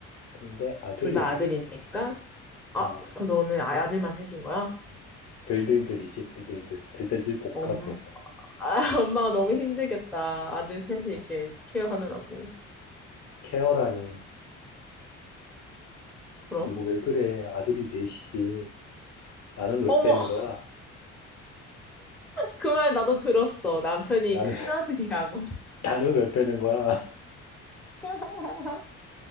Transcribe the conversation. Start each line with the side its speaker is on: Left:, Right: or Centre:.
Left: 근데 아들이야.
Centre: 둘 다 아들이니까? 아,
Left: 어,
Centre: 그럼 너는 아- 아들만 셋인 거야?
Left: 음. 들들들이지, 들들들. 들들들 볶아,
Centre: 엄,
Left: 그래서.
Centre: 아, <laughs> 엄마가 너무 힘들겠다. 아들 셋이 이렇게
Left: 어,
Centre: 케어하느라고.
Left: 케어라니.
Centre: 그럼?
Left: 이거 왜 그래? 아들이 넷이지. 나는 왜
Centre: 어머,
Left: 빼는
Centre: <laughs>
Left: 거야?
Centre: 그 말 나도 들었어. 남편이
Left: 나는,
Centre: 큰아들이라고.
Left: <laughs> 나는 왜 빼는 거야?
Centre: <laughs>